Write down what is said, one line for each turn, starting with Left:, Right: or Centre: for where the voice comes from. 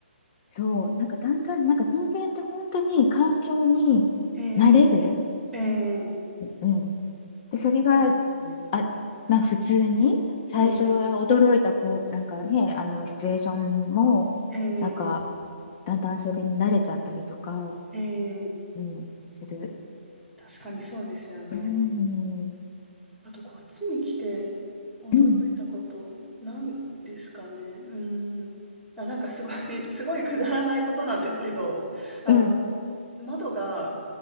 Left: そう。なんかだんだん、なんか人間って本当に環境に
Centre: え
Left: 慣れる。
Centre: えええ
Left: うん。で、それが、
Centre: そうですね
Left: あ、まあ普通に、最初は驚いたこう、
Centre: え
Left: なんかね、あの、シチュエーションも、
Centre: えええ
Left: なんか、だんだんそれに慣れちゃったりとか、
Centre: ええ
Left: うん、する。
Centre: 確かにそうですよね。
Left: うん。
Centre: あと、こっちに来て驚いたこと、
Left: うん。
Centre: なんですかね。うーん。あ、なんかすごい、<laughs> すごいくだらないことなんですけど、あの、
Left: うん。
Centre: 窓が、